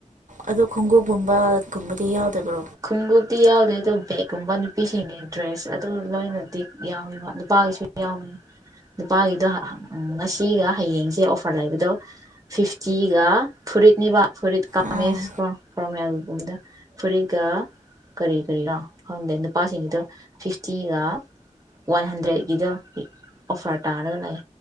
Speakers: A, on the right (about 75°); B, on the right (about 25°).
A: ꯑꯗꯣ ꯈꯣꯡꯎꯞꯒꯨꯝꯕꯒꯨꯝꯕꯗꯤ ꯌꯥꯎꯗꯕ꯭ꯔꯣ?
B: ꯈꯣꯡꯎꯞꯇꯤ ꯌꯥꯎꯗꯦ ꯑꯗꯣ ꯕꯦꯒꯀꯨꯝꯕ ꯅꯨꯄꯤꯁꯤꯡꯒꯤ ꯗ꯭ꯔꯦꯁ ꯑꯗꯨ ꯂꯣꯏꯅꯗꯤ ꯌꯥꯎꯏꯕ ꯅꯨꯄꯥꯒꯤꯁꯨ ꯌꯥꯎꯏ ꯅꯨꯄꯥꯒꯤꯗꯣ ꯉꯁꯤꯒ ꯍꯌꯦꯡꯁꯦ ꯑꯣꯐꯔ ꯂꯩꯕꯗꯣ ꯐꯤꯐꯇꯤꯒ ꯐꯨꯔꯤꯠꯅꯦꯕ ꯐꯨꯔꯤꯠ ꯀꯥꯃꯦꯁ
A: ꯑꯥ
B: ꯀꯣ ꯀꯣꯔꯣꯃꯦꯜꯒꯨꯝꯕꯗ ꯐꯨꯔꯤꯠ ꯒꯥ ꯀꯔꯤ- ꯀꯔꯤꯂ ꯈꯪꯗꯦ ꯅꯨꯄꯥ ꯁꯤꯡꯗꯨ ꯐꯤꯐꯇꯤꯒ ꯋꯥꯟ ꯍꯟꯗ꯭ꯔꯦꯠꯀꯤꯗ ꯑꯣꯐꯔ ꯇꯥꯔꯒ ꯂꯩ